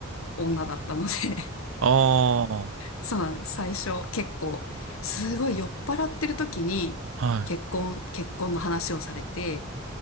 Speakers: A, on the left; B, on the right.
A: 女だったので
B: ああ、
A: そうなんです。最初結構、すごい酔っ払ってる時に結婚、
B: はい。
A: 結婚の話をされて、